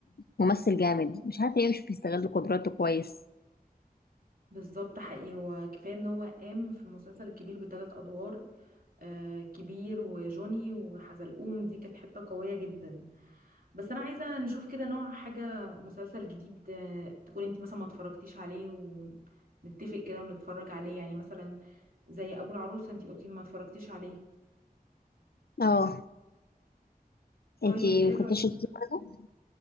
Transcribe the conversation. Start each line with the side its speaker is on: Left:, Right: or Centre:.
Left: ممثل جامد مش عارفة ليه مش بيستغل قدراته كويس
Right: بالظبط حقيقي هو كفاية ان هو قام في المسلسل الكبير بثلاث ادوار آه، كبير وجوني وحزلقوم دي كانت حتة قوية جدا بس أنا عايزة نشوف كده نوع حاجة مسلسل جديد آه، تكون انت مثلا ما اتفرجتيش عليه ونتفق كده ونتفرج عليه يعني مثلا زي أبو العروسة انت قلتي ما اتفرجتيش عليه
Left: اه
Right: طيب
Left: انتي
Right: ايه
Left: ما
Right: رأيك؟
Left: كنتيش شفتيه برضه